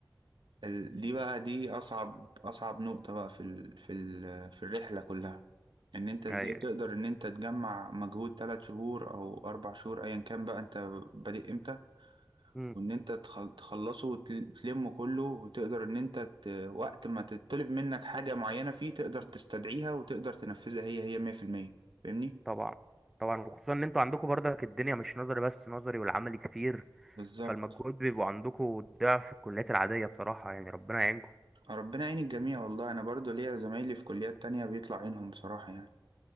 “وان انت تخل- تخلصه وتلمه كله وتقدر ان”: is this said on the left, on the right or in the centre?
Right